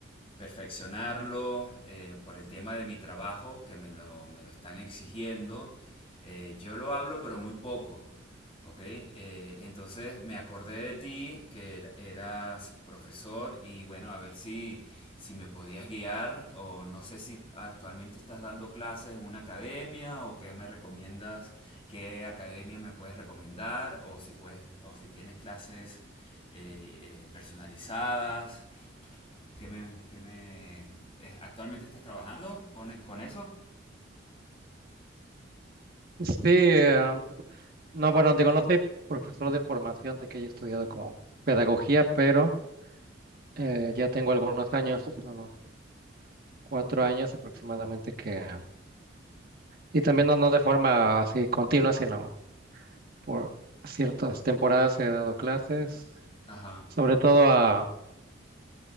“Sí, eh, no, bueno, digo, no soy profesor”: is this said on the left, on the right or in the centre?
Right